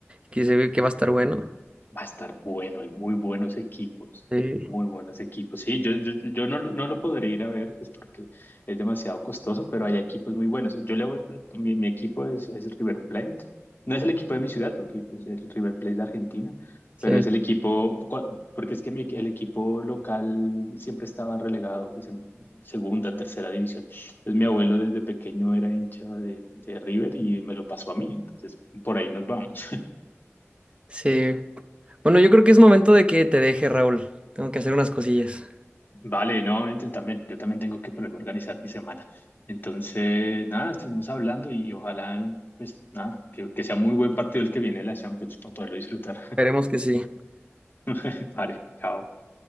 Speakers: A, on the right; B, on the left.
A: que se ve que va a estar bueno.
B: Va a estar bueno, hay muy buenos equipos,
A: Sí,
B: muy buenos equipos. Sí, yo, yo, yo no, lo- no lo podré ir a ver, pues porque es demasiado costoso, pero hay equipos muy buenos. Yo le voy, por- mi, mi equipo es, es el River Plate. No es el equipo de mi ciudad, porque pues, el River Plate es de Argentina,
A: sí,
B: pero es el equipo, cua- porque es que mi, el equipo local siempre estaba relegado, pues en segunda, tercera división. Entonces mi abuelo desde pequeño era hincha de, de River y me lo pasó a mí, entonces por ahí nos vamos.
A: sí. Bueno, yo creo que es momento de que te deje, Raúl. Tengo que hacer unas cosillas.
B: Vale, no, ent- también, yo también tengo que ponerme a organizar mi semana. Entonces, nada, estaremos hablando y ojalá, pues nada, que, que sea muy buen partido el que viene de la Champions para poderlo disfrutar.
A: Esperemos que sí.
B: <laughs> Vale, chao.